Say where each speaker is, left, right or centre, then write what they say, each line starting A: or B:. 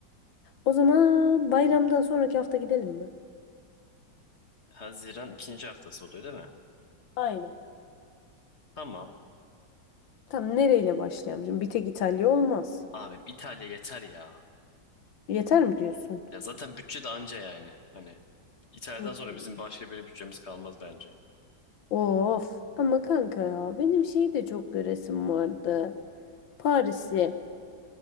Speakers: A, on the left; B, on the left.
A: O zaman bayramdan
B: Hı.
A: sonraki hafta gidelim mi?
B: Haziran ikinci haftası oluyor değil mi?
A: Aynen.
B: Tamam.
A: Tam nereyle başlayalım? Şimdi bir tek İtalya olmaz.
B: Abi İtalya yeter ya.
A: Yeter mi diyorsun?
B: Ya zaten bütçe de anca yani. Hani İtalya'dan
A: Hmm.
B: sonra bizim başka bir bütçemiz kalmaz bence.
A: Of. Ama kanka ya benim şeyi de çok göresim vardı. Paris'i.